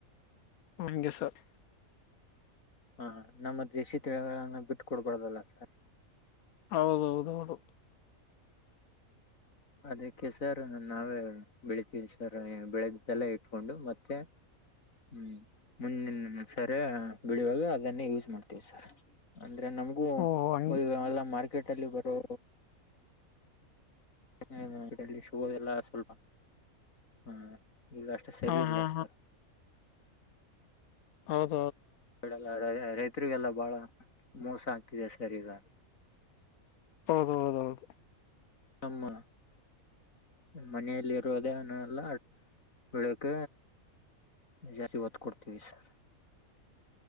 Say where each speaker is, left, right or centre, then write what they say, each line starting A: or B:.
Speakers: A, on the left; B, on the left.
A: ಹಂಗೆ ಸರ್
B: ಹ ನಮ್ಮ ದೇಶಿ ತಿಳಿಗಳನ್ನ ಬಿಟ್ಟು ಕೊಡ್ಬಾರದಲ್ಲ ಸರ್
A: ಹೌದೌದ ಹೌದು
B: ಅದಕ್ಕೆ ಸರ್ ನಾವೇ ಬೆಳಿತೀವಿ ಸರ್ ಬೆಳೆದ್ದಲ್ಲ ಇಟ್ಕೊಂಡು ಮತ್ತೆ ಹ್ಮ ಮುಂದಿನ ಸರಿ ಬೆಳುವಾಗ ಅದನ್ನೇ ಯೂಸ್ ಮಾಡ್ತೀವಿ ಸರ್ ಅಂದ್ರೆ ನಮಗೂ
A: ಓಹ ಹಂಗ
B: ಮದುವೆಯೆಲ್ಲಾ ಮಾಡಿ ಕ್ರಿಕೆಟ್ ಅಲ್ಲಿ ಬರೋ ಹ್ಮ್ಡಲ್ಲಿ ಶ ಎಲ್ಲಾ ಸ್ವಲ್ಪ ಹ್ಮ್ ಈಗ ಅಷ್ಟೆ ಸರಿ
A: ಹಾ
B: ಇಲ್ಲ
A: ಹಾ
B: ಸರ್
A: ಹೌದ
B: ಆಡಲ್ಲ ರೈತರಿಗೆಲ್ಲ ಬಾಳ ಮೋಸ ಆಗ್ತಿದೆ ಸರ್ ಈಗ
A: ಹೌದ ಹೌದ ಹೌದು
B: ನಮ್ಮ ಮನೆಯಲ್ಲಿ ಇರುೋದೇಲ್ಲ ಬೆಳಕ ಜಾಸ್ತಿ ಒತ್ತು ಕೊಡ್ತೀವಿ ಸರ್